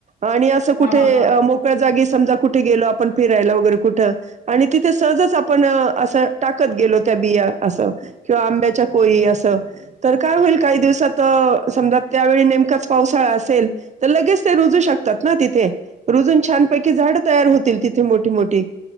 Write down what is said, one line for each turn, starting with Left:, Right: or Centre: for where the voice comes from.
Right: आणि अस कुठे
Left: हा हा हा
Right: मोकळ्या जागी समजा कुठे गेलो आपण फिरायला वगैरे कुठं आणि तिथे सहजच आपण असं टाकत गेलो त्या बिया असं किंवा आंब्याच्या कोळी असं. तर काय होईल काही दिवसात समजा त्यावेळी नेमकाच पावसाळा असेल. तर लगेच ते रुजू शकतात ना तिथे रुजून छानपैकी झाडं तयार होतील तिथे मोठी मोठी.